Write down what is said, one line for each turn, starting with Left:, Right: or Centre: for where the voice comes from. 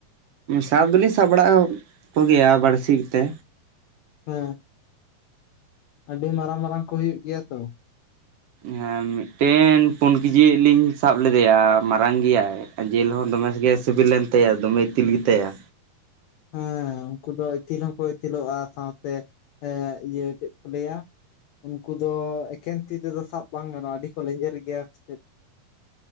Right: ᱥᱟᱵ ᱫᱚᱞᱤᱧ ᱥᱟᱵ ᱵᱟᱲᱟ ᱠᱚᱜᱮᱭᱟ ᱵᱟᱹᱲᱥᱤ ᱛᱮ
Left: ᱦᱮᱸ ᱾ ᱟᱹᱰᱤ ᱢᱟᱨᱟᱝ ᱢᱟᱨᱟᱝ ᱠᱚ ᱦᱩᱭᱩᱜ ᱜᱮᱭᱟ ᱛᱚ ᱾
Right: ᱦᱮᱸ ᱢᱤᱫᱴᱮᱱ ᱯᱩᱱ ᱠᱮᱡᱤ ᱞᱤᱧ ᱥᱟᱵ ᱞᱮᱫᱮᱭᱟ ᱢᱟᱨᱟᱝ ᱜᱮᱭᱟᱭ ᱟᱨ ᱡᱤᱞ ᱦᱚᱸ ᱫᱚᱢᱮ ᱥᱤᱵᱤᱞ ᱮᱱ ᱛᱟᱭᱟ ᱫᱚᱢᱮ ᱤᱛᱤᱞ ᱜᱮᱛᱟᱭᱟ᱾
Left: ᱦᱮᱸ ᱩᱱᱠᱩ ᱫᱚ ᱤᱛᱤᱞ ᱦᱚᱸᱠᱚ ᱤᱛᱤᱞᱚᱜ-ᱟ, ᱥᱟᱶᱛᱮ ᱤᱭᱟᱹ ᱪᱮᱫ ᱠᱚ ᱞᱟᱹᱭᱟ ᱩᱱᱠᱩ ᱫᱚ ᱮᱠᱮᱱ ᱛᱤ ᱛᱮᱫᱚ ᱥᱟᱵ ᱵᱟᱝ ᱜᱟᱱᱚᱜ-ᱟ, ᱟᱹᱰᱤ ᱠᱚ ᱞᱮᱡᱮᱨ ᱜᱮᱭᱟ ᱪᱮᱫ?